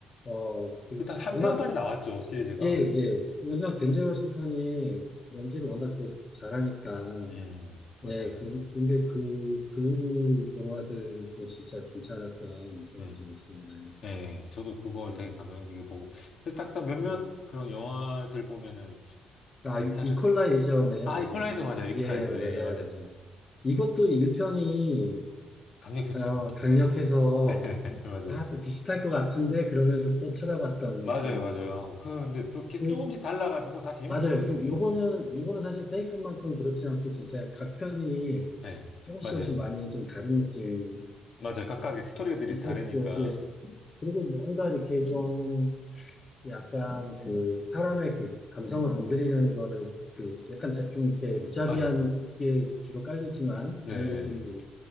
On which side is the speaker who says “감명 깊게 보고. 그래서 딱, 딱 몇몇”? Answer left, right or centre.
Left